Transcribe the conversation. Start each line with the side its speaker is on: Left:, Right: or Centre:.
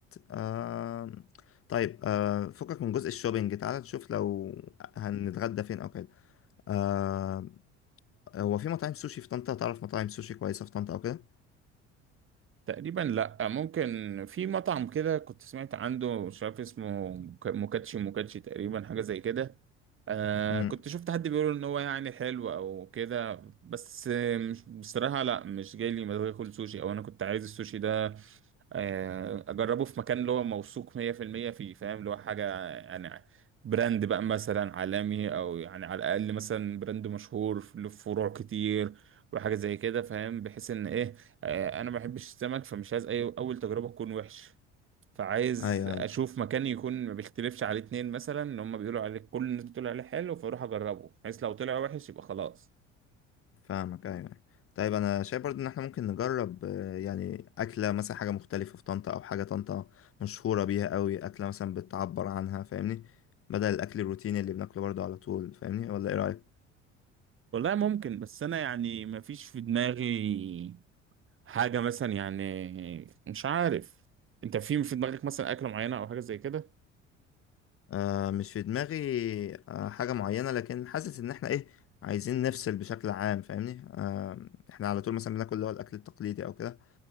Left: آه طيب آه فكك من جزء الشوبينج تعالى نشوف لو هنتغدى فين او كده آه هو في مطاعم سوشي في طنطا تعرف مطاعم سوشي كويسة في طنطا او كده
Right: تقريبا لا ممكن في مطعم كده كنت سمعت عنده مش عارف اسمه مك- موكاتشي موكاتشي تقريبا حاجة زي كده آه
Left: امم
Right: كنت شفت حد بيقول ان هو يعني حلو او كده بس آه، مش بصراحة لا مش جاي لي مزاج اكل سوشي او انا كنت عايز السوشي ده آه اجربه في مكان اللي هو موثوق 100% فيه فاهم اللي هو حاجة يعني براند بقى مثلا عالمي او يعني على الاقل مثلا براند مشهور في- له فروع كتير وحاجة زي كده فاهم بحيث ان ايه آه انا ما بحبش السمك فمش عايز اي اول تجربة تكون وحش فعايز
Left: ايوه
Right: اشوف
Left: أيوة.
Right: مكان يكون ما بيختلفش عليه اتنين مثلا ان هم بيقولوا عليه كل الناس بتقول عليه حلو فاروح اجربه بحيث لو طلع وحش يبقى خلاص
Left: فاهمك ايوه أيوة. طيب انا شايف برضو ان احنا ممكن نجرب آه، يعني اكله مثلا حاجه مختلفه في طنطا او حاجه طنطا مشهوره بيها قوي اكله مثلا بتعبر عنها فاهمني بدل الاكل الروتيني اللي بناكله برضو على طول فاهمني ولا ايه رايك
Right: والله ممكن بس انا يعني ما فيش في دماغي حاجة مثلا يعني مش عارف انت في في دماغك مثلا اكلة معينة او حاجة زي كده
Left: آه، مش في دماغي آه، حاجه معينه لكن حاسس ان احنا ايه عايزين نفصل بشكل عام فاهمني آه، احنا على طول مثلا بناكل اللي هو الاكل التقليدي او كده